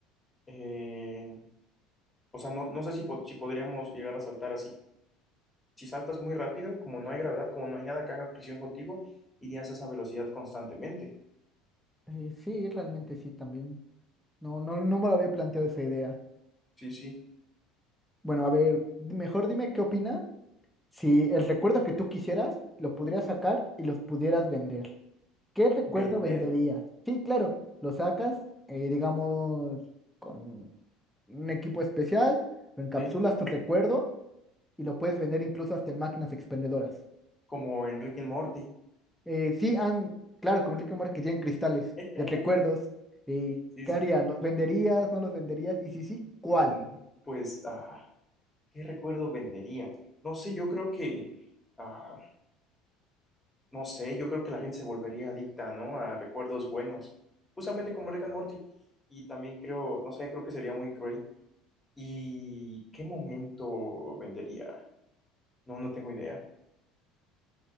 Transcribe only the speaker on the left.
Eh, o sea, no, no sé si, po- si podríamos llegar a saltar así. Si saltas muy rápido, como no hay gravedad, como no hay nada que haga fricción contigo, irías a esa velocidad constantemente.
Sí, sí.
Vender,
sí.
Como en Rick and Morty.
<laughs>
Sí,
sí,
sí.
Mm, Pues, ah. ¿Qué recuerdo vendería? No sé, yo creo que, ah, no sé, yo creo que la gente se volvería adicta, ¿no? A recuerdos buenos, justamente como Rick and Morty. Y también creo, no sé, creo que sería muy cruel. ¿Y qué momento vendería? No, no tengo idea.